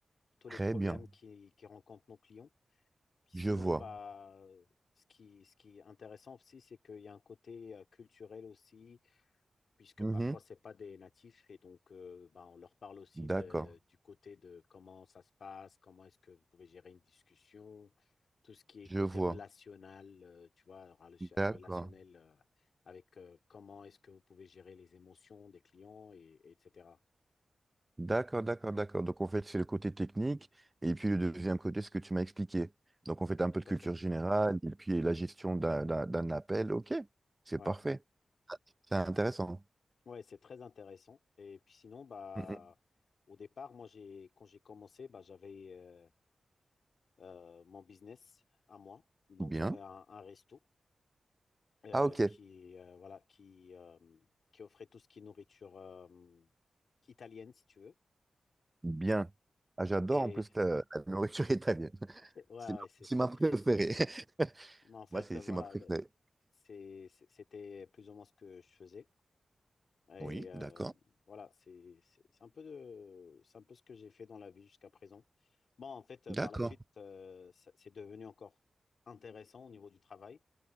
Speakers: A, on the left; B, on the right.
A: tous les
B: Très
A: problèmes
B: bien.
A: qui, qui rencontrent nos clients. Puis
B: Je
A: sinon,
B: vois.
A: bah, ce qui, ce qui est intéressant aussi, c'est qu'il y a un côté euh, culturel aussi puisque
B: Mhm.
A: parfois c'est pas des natifs et donc euh, bah, on leur parle aussi
B: D'accord.
A: de- du côté de comment ça se passe, comment est-ce que vous pouvez gérer une discussion, tout ce qui est
B: Je
A: côté
B: vois.
A: relationnel, euh, tu vois, relation-
B: D'accord.
A: relationnel euh, avec euh, comment est-ce que vous pouvez gérer les émotions des clients et, et etc.
B: D'accord, d'accord, d'accord. Donc en fait, c'est le côté technique et puis le deuxième côté, ce que tu m'as expliqué. Donc en fait, un
A: Tout
B: peu de culture
A: à fait.
B: générale et puis la gestion d'un d'un- d'un appel. Ok, c'est
A: Ouais,
B: parfait.
A: ouais.
B: C'est intéressant.
A: Ouais, c'est très intéressant. Et puis sinon, bah
B: Mm, mm.
A: au départ, moi j'ai quand j'ai commencé, bah j'avais euh, euh, mon business à moi. Donc
B: Bien.
A: j'avais un, un resto euh,
B: Ah ok,
A: qui, euh, voilà, qui, euh, qui offrait tout ce qui est nourriture euh, italienne, si tu veux.
B: bien. Ah, j'adore
A: Et
B: en plus la, la nourriture italienne. <laughs>
A: ouais,
B: C'est ma,
A: ouais, c'est
B: c'est
A: c'est
B: ma préférée.
A: très, c'est très bon.
B: <laughs>
A: Mais en fait,
B: Moi, c'est
A: euh,
B: c'est
A: voilà,
B: ma préférée.
A: d- c'est- c'est- c'était plus ou moins ce que je faisais. Et
B: Oui,
A: euh,
B: d'accord.
A: voilà, c'est c'est- c'est un peu de, c'est un peu ce que j'ai fait dans la vie jusqu'à présent. Bon, en fait, euh,
B: D'accord.
A: par la suite, euh, ça- c'est devenu encore intéressant au niveau du travail,